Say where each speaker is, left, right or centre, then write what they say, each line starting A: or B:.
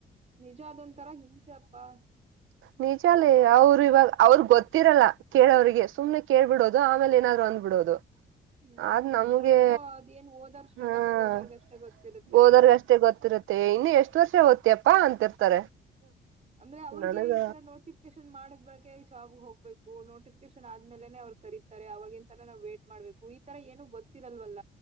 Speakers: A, on the right (about 35°); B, on the right (about 85°).
A: ನಿಜ ಅದೊಂ ತರ ಹಿಂಗಸೆಪ್ಪಾ
B: ನಿಜಲ್ಲಿ ಅವರು ಇವಾಗ ಅವ್ರಗ್ ಗೊತ್ತಿರಲ್ಲ ಕೇಳೋಗೆ ಸುಮನೆ ಕೇಳ್ಬಿಡೋದು ಆಮೇಲೆ ಏನಾದ್ರು ಅಂದ್ಬಿಡೋದು
A: ಹ್ಮ್
B: <inaudible> ಆದ್ ನಮ್ಗೆ
A: ಅದೆಲ್ಲ ಅದೇನ್ ಓದೋರ್ ಸ್ಟ್ರಗಲ್
B: ಹ
A: ಓದೋರ್ಗಷ್ಟೇ ಗೊತ್ತಿರುತ್ತೆ
B: ದರ್ ಅಷ್ಟೇ ಗೊತ್ತಿರುತ್ತೆ ಇನ್ನು ಎಷ್ಟ್ ವರ್ಷ ಹಓ್ತಿಯಪ್ಪಾ ಅಂತಿರ್ತಾರೆ
A: ಅಂದ್ರೆ ಅವ್ರಿಗೆ
B: ನನಗ
A: ಈ ತರ ನೋಟಿಫಿಕೇಶನ್ ಮಾಡಿದ್ ಬಳಕ ಜಾಬ್ ಹೋಗ್ಬೇಕು ನೋಟಿಫಿಕೇಶನ್ ಆದ್ಮೇಲೆನೆ ಅವ್ರು ಕರೀತಾರೆ ಅವವಾಗಿಾಗಿಂತಲ ನಾವು ವೇಟ್ ಮಾಡ್ಬೇಕು ಈ ತರ ಏನನು ಗೊತ್ತಿರಲ್ವಲ್ಲ